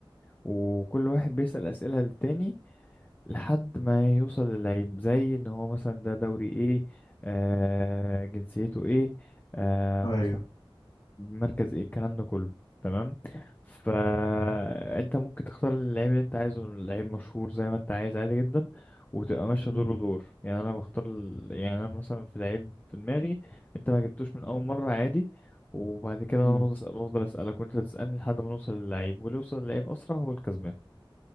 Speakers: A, on the left (about 20°); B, on the left (about 65°).
A: وكل واحد بيسأل أسئلة للتاني لحد ما يوصل للعيب زي ان هو مثلا ده دوري ايه آه جنسيته ايه آه
B: ايوه
A: مثلا مركز ايه الكلام ده كله تمام فانت ممكن تختار اللعيب اللي انت عايزه لعيب مشهور زي ما انت عايز عادي جدا وتبقى ماشيه
B: امم
A: دور ودور يعني انا بختار ال- يعني انا مثلا في لعيب في دماغي انت ما جبتوش من اول مره عادي وبعد كده
B: امم
A: انا بفضل أس- بفضل اسالك وانت تسالني لحد ما نوصل للعيب واللي يوصل للعيب اسرع هو الكسبان